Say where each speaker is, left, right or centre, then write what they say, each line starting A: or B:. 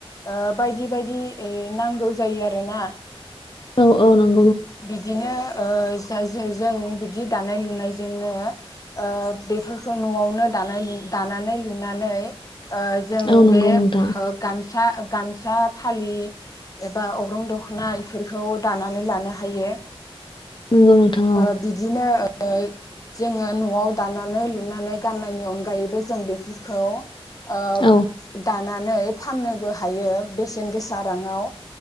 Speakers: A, on the left; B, on the left.
A: ओ बायदि बायदि नांगौ जायो आरोना
B: औ औ नों
A: बिदिनो ओ जों बिदि दानाय लुनायजोंनो ओ बेफोरखौ न'आवनो दानाय दानानै लुनानै ओ जों
B: औ नंगौ
A: बे
B: नोंथां
A: ओ गाम सा गामसा फालि एबा अग्रं दख'ना बेफोरखौ दानानै लानो हायो
B: नंगौ नोंथां
A: ओ बिदिनो ओ जोङो न'आव दानानै लुनानै गाननायनि अनगायैबो जों बेफोरखौ ओ
B: औ
A: दानानै फाननोबो हायो बेसेन गोसा राङाव